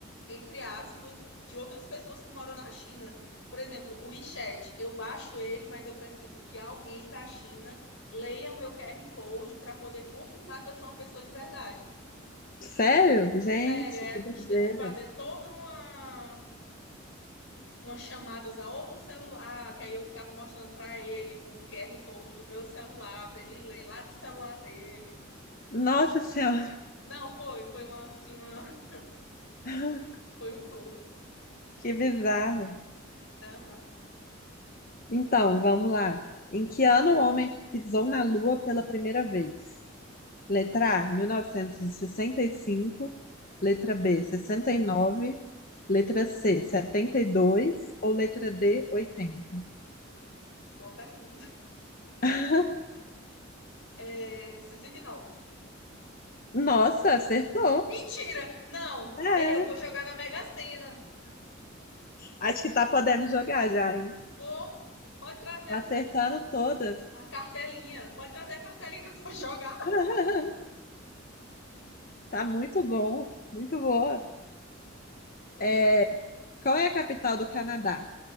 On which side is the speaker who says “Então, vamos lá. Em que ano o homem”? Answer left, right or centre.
Left